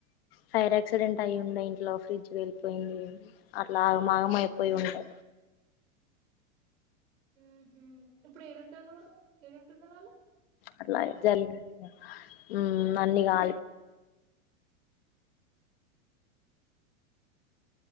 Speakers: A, on the left (about 45°); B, on the right (about 65°).
A: ఫైర్ ఆక్సిడెంట్ అయ్యుండే ఇంట్లో ఫ్రిడ్జ్ వెళ్ళిపోయింది అట్లా మాగమపోయి
B: మ్మ్
A: ఉండే
B: ఉహు ఇప్పుడు ఏడుంటునరు ఏడుంటున్నారాళ్లు
A: అట్లా జలిగి ఉమ్మ్ అన్ని కాలిపోయి